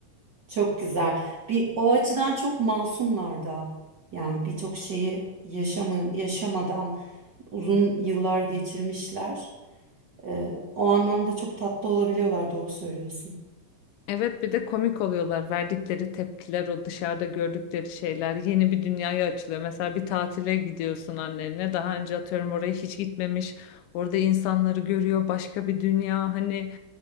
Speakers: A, on the right; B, on the left.
A: Çok güzel. Bir o açıdan çok masumlar da. Yani birçok şeyi yaşamı, yaşamadan uzun yıllar geçirmişler. Ee, o anlamda çok tatlı olabiliyorlar, doğru söylüyorsun.
B: Evet bir de komik oluyorlar. Verdikleri tepkiler, o dışarıda gördükleri şeyler yeni bir dünyaya açılıyor. Mesela bir tatile gidiyorsun annenle. Daha önce atıyorum oraya hiç gitmemiş. Orada insanları görüyor, başka bir dünya. Hani